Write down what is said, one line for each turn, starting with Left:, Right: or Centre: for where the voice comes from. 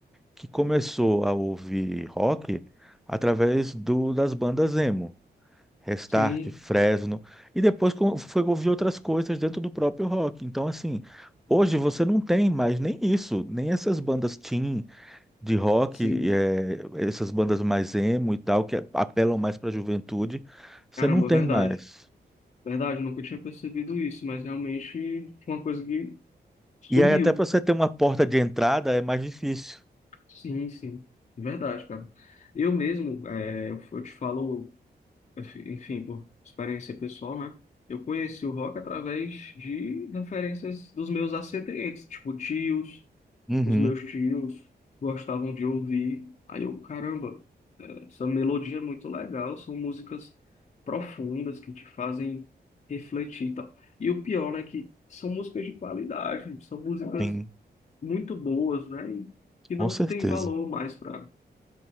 Centre: que começou a ouvir rock através do, das bandas emo. Restart,
Left: Sim,
Centre: Fresno. E depois co- foi ouvir outras coisas dentro do próprio rock. Então, assim, hoje você não tem mais nem isso, nem essas bandas teen. de rock,
Left: sim.
Centre: eh, essas bandas mais emo e tal, que é, apelam mais para a juventude, você
Left: Caramba,
Centre: não tem
Left: verdade.
Centre: mais.
Left: Verdade, eu nunca tinha percebido isso, mas realmente foi uma coisa que sumiu.
Centre: E aí, até para você ter uma porta de entrada, é mais difícil.
Left: Sim, sim. Verdade, cara. Eu mesmo, é, eu, eu te falo, enfim, por experiência pessoal, né? Eu conheci o rock através de referências dos meus ascendentes, tipo tios,
Centre: Uhum,
Left: os meus tios gostavam de ouvir. Aí eu, caramba, é, essa melodia é muito legal, são músicas profundas que te fazem refletir e tal. E o pior, né, que são músicas de qualidade, são músicas
Centre: sim,
Left: muito boas, né, e que
Centre: com
Left: não
Centre: certeza.
Left: tem valor mais para